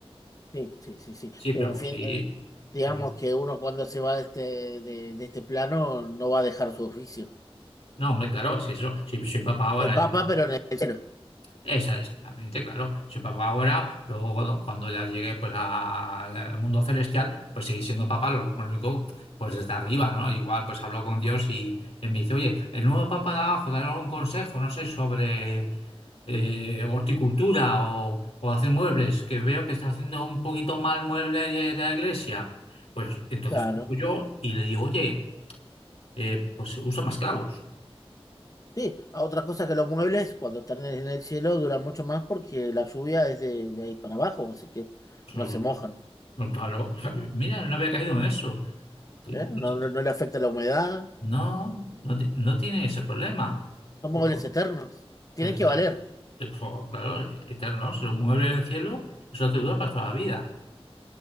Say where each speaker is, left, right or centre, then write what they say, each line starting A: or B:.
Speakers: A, on the left (about 35°); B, on the left (about 80°).
A: Sí, sí, sí, sí.
B: Sí,
A: Pero,
B: pero
A: en
B: pues,
A: fin,
B: sí.
A: eh, digamos
B: Pero,
A: que uno cuando se va de este, de, de este plano no va a dejar su oficio.
B: no, hombre, claro, si eso, si soy papa ahora.
A: El papa, pero en el cielo.
B: Esa, exactamente, claro. Si papá ahora, luego cuando, cuando ya llegue pues, a- al mundo celestial, pues seguir siendo papá, lo único, pues desde arriba, ¿no? Igual pues hablo con Dios y, y me dice, oye, el nuevo papá de abajo, dale algún consejo, no sé, sobre eh, horticultura o, o hacer muebles, que veo que está haciendo un poquito mal mueble de, de la iglesia. Pues entonces
A: Claro.
B: cojo yo y le digo, oye, eh, pues usa más clavos.
A: Sí, a otra cosa que los muebles cuando están en el cielo duran mucho más porque la lluvia es de, de ahí para abajo, así que
B: <laughs>
A: no se mojan,
B: Claro, <laughs> mira, no había caído en eso. Sí,
A: ¿eh?
B: no
A: No,
B: sé.
A: no, no le afecta la humedad,
B: No, no, ti- no tiene ese problema.
A: son
B: O-
A: muebles eternos, tienen
B: es-
A: que valer.
B: es- o, claro, eterno, se mueve en el cielo, eso te dura para toda la vida.